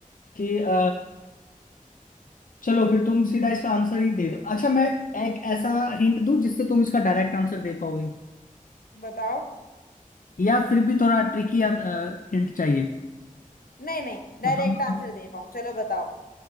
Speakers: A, on the left (about 70°); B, on the left (about 85°).
A: कि अ, चलो फिर तुम सीधा इसका आंसर ही दे दो अच्छा मैं एक ऐसा हिंट दूं जिससे तुम इसका डायरेक्ट आंसर दे पाओगे
B: बताओ
A: या फिर भी थोड़ा ट्रिकी हिंट चाहिए
B: नहीं नहीं डायरेक्ट
A: बताओ बताओ
B: आंसर दे पाऊँ चलो बताओ